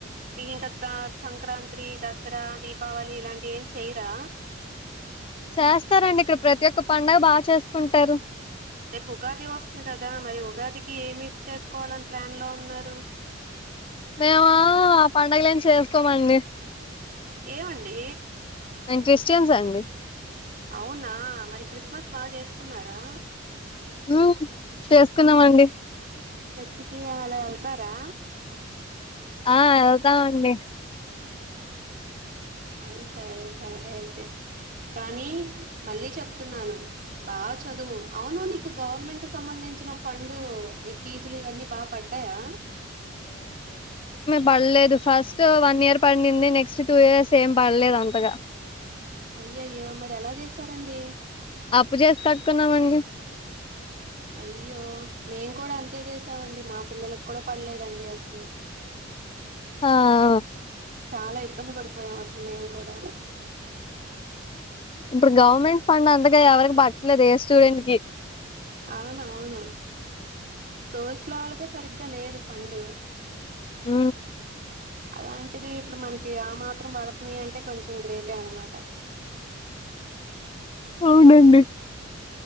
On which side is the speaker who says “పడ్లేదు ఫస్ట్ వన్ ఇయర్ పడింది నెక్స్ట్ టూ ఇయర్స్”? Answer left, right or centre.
Left